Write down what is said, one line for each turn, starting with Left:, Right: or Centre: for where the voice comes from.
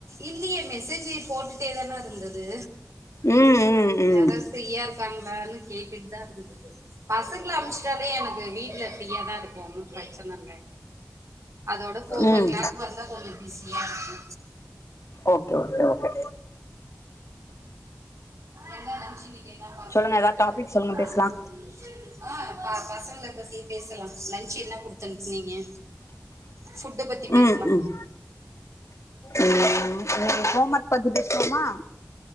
Right: இல்லையே மெசேஜி போட்டுட்டே தானா இருந்தது
Left: ம் ம் ம்
Right: யாராவது ஃப்ரீயா இருக்காங்களான்னு கேட்டுட்டுதா இருந்தது பசங்கள அனும்ச்சுட்டாலே எனக்கு வீட்ல ஃப்ரீயாதா இருக்கு ஒன்னு பிரச்சன இல்ல அதோட ஃபோர்
Left: ம்
Right: ஓ கிளாக் வந்தா கொஞ்சோ பிஸியா இருக்கு
Left: ஓகே ஓகே ஓகே
Right: என்ன நெனச்சிவிக்கங்க பசங்களுக்கு
Left: சொல்லுங்க ஏதாவது
Right: ச
Left: டாபிக் சொல்லுங்க பேசலா
Right: <inaudible> ஆ ப பசங்கள பத்தி பேசலா லன்ச்சி என்ன குடுத்து அனுப்னிங்க ஃபுட்ட பத்தி பேசலா
Left: ம் ம் ம் இன்னைக்கு ஹோம் ஒர்க் பத்தி பேசுவோமா